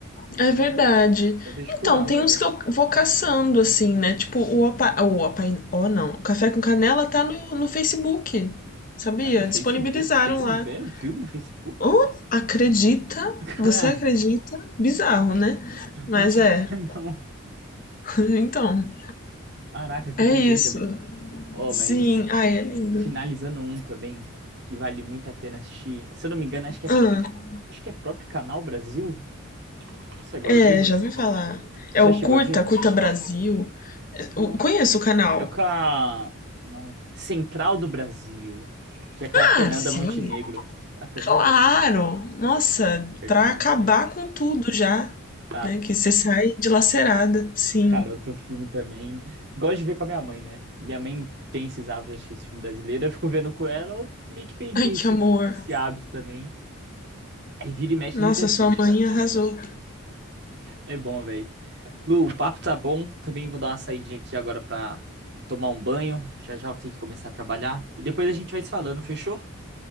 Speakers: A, on the left; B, on the right.
A: É verdade.
B: Eu vejo
A: Então,
B: por lá a
A: tem
B: maioria.
A: uns que eu vou caçando, assim, né? Tipo, o Opa... O Opa... Oh, não. O Café com Canela tá no, no Facebook, sabia?
B: Mas No Facebook?
A: Disponibilizaram
B: Tem como
A: lá.
B: ver um filme no Facebook?
A: Oh, acredita?
B: <laughs>
A: Você acredita? Bizarro, né? Mas
B: Não sabia,
A: é.
B: não.
A: <laughs> Então,
B: Caraca, que
A: é
B: doideira,
A: isso.
B: velho. Ó,
A: Sim.
B: mas
A: Ai, é lindo.
B: finalizando um também, que vale muito a pena assistir. Se eu não me engano, acho que é,
A: Ah,
B: acho que é próprio Canal Brasil. Isso é agora
A: é,
B: mesmo.
A: já ouvi falar. É
B: Você já
A: o
B: chegou
A: Curta,
B: a ver?
A: Curta Brasil.
B: Não.
A: Eu conheço o canal.
B: É o com a... Não. Central do Brasil. Que é com a Fernanda
A: Ah, sim.
B: Montenegro. É A Fernanda?
A: Claro! Nossa,
B: Fernanda
A: pra
B: Montenegro.
A: acabar com tudo já,
B: Cara,
A: né? Que você sai dilacerada, sim.
B: Cara, outro filme também. Gosto de ver com a minha mãe, né? Minha mãe tem esses hábitos de assistir esse filme brasileiro. Eu fico vendo com ela, eu meio que peguei
A: Ai, que
B: esse,
A: amor.
B: esse hábito também. Aí vira e mexe
A: Nossa,
B: a gente assiste,
A: sua mãe
B: cara.
A: arrasou.
B: É bom, velho. Lu, o papo tá bom. Também vou dar uma saidinha aqui agora pra tomar um banho. Já já vou ter que começar a trabalhar. E depois a gente vai se falando, fechou?